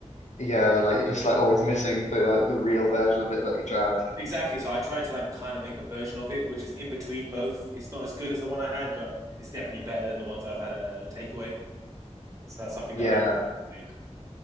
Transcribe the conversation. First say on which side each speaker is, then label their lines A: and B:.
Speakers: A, on the left; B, on the right.
A: Yeah, like you're just like always missing the like the real version of it that you tried.
B: Exactly. So I tried to like kind of make a version of it, which is in between both. It's not as good as the one I had, but it's definitely better than the ones I've had at a takeaway. So that's something
A: Yeah.
B: that I like to make.